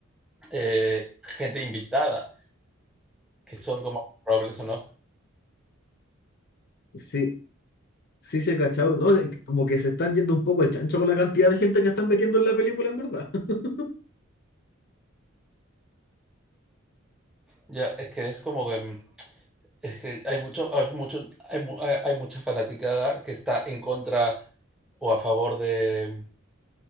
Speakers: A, in the centre; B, on the left (about 50°).
A: eh, gente invitada que son como probables o no.
B: sí, Sí, se ha cachado, ¿no? De- Como que se están yendo un poco el chancho con la cantidad de gente que están metiendo en la película, en verdad. <laughs>
A: Ya, es que es como que, es que hay mucho, hay mucho, hay, mu- hay hay mucha fanaticada que está en contra o a favor de,